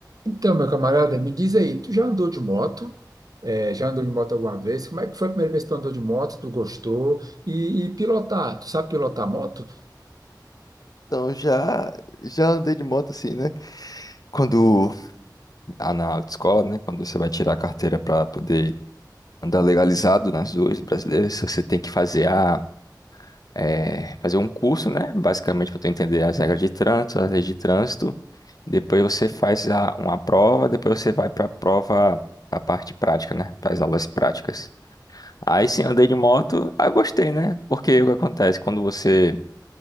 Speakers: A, on the right; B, on the left.
A: Então, meu camarada, me diz aí, tu já andou de moto? É, já andou de moto alguma vez? Como é que foi a primeira vez que tu andou de moto? Tu gostou? E, e pilotar, tu sabe pilotar moto?
B: Então, já, já andei de moto assim, né? Quando, ah, na autoescola, né? Quando você vai tirar a carteira para poder andar legalizado nas ruas brasileiras, você tem que fazer a, eh, fazer um curso, né? Basicamente, para tu entender as regras de trânsito, as leis de trânsito. Depois você faz a- uma prova, depois você vai para a prova, a parte prática, né? Para as aulas práticas. Aí sim, andei de moto, ah, gostei, né? Porque o que acontece? Quando você,